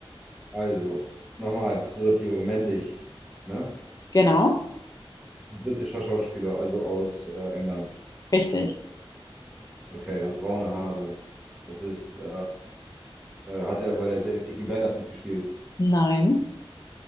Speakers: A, in the centre; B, on the left (about 40°).
A: Also, nochmal zur Sortierung, männlich, ne?
B: Genau,
A: Ist ein britischer Schauspieler, also aus äh, England.
B: richtig.
A: Okay, hat braune Haare. Das ist, äh, äh, hat er bei der Serie Peaky Blinders mitgespielt?
B: Nein,